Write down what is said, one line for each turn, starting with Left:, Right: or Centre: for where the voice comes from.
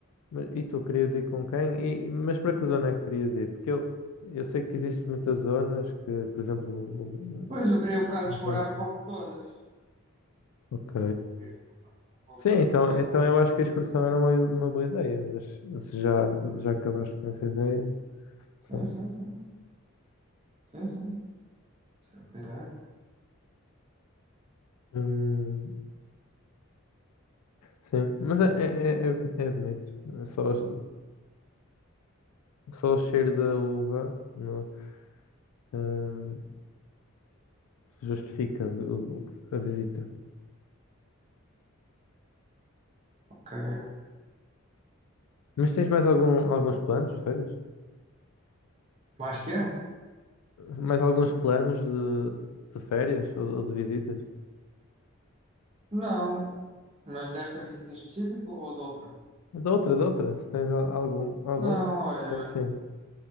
Left: mas- E tu querias ir com quem? E, mas para que zona é que querias ir? Porque eu, eu sei que existem muitas zonas que, por exemplo. o- o-
Right: Pois, eu queria um bocado
Left: não
Right: explorar
Left: são-
Right: um pouco de todas.
Left: Ok.
Right: Queria explorar um pouco
Left: Sim,
Right: de
Left: então,
Right: todas.
Left: então eu acho que a excursão era uma, uma boa ideia. Mas se já, já acabaste com essa ideia,
Right: Sim,
Left: pronto.
Right: sim, sim. Sim, sim. Sim, Pois é.
Left: Hum, Sim, mas é, é, é, é é bonito. É Só, só o cheiro da uva no- eh, justifica o- a visita.
Right: Ok.
Left: Mas tens mais algum, alguns planos de férias?
Right: Mais que é?
Left: Mais alguns planos de, de férias ou, ou de visitas?
Right: Não. Mas desta visita em específico ou de outra?
Left: da outra, da outra. Se tens a- algum, algum?
Right: Não, olha.
Left: Próximo.